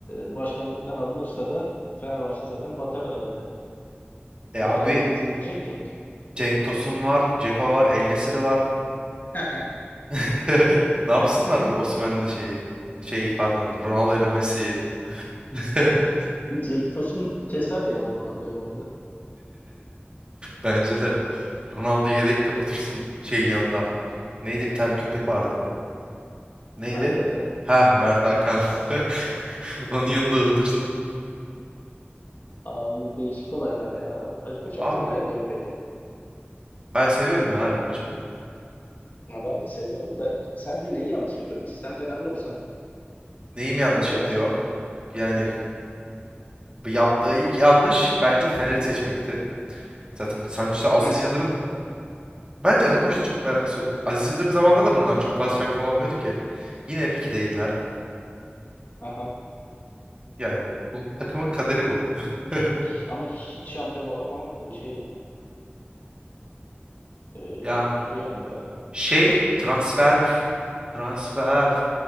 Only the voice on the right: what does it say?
E
abi
Cenk Tosun var, Ceko var, El Nesiri var.
<laughs> Ne yapsınlar Osimhen'le şeyi? Şeyi pardon,
Ronaldo ile Messi'yi. <laughs>
Bence de. Ronaldo yedek otursun şey yanında. Neydi bir tane köpek vardı. Neydi?
Ha Mert Hakan. <laughs> Onun yanında otursun.
Abi
ben seviyorum ya Ali Koç'u.
Neyim yanlış
yapıyor?
Yani
bu yaptığı ilk yanlış bence Fener'i seçmekti. Zaten sonuçta Aziz
Yıldırım bence Ali Koç'la çok bir alakası yok. Aziz Yıldırım zamanında da bunlar çok fazla şampiyon olamıyordu ki. Yine hep ikideydiler.
Yani bu takımın kaderi bu. <laughs>
Ya
şey transfer transfer